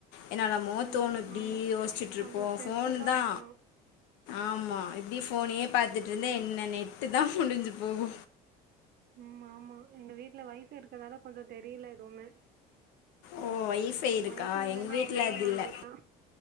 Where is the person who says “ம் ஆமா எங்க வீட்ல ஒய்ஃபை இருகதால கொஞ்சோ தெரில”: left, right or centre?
Right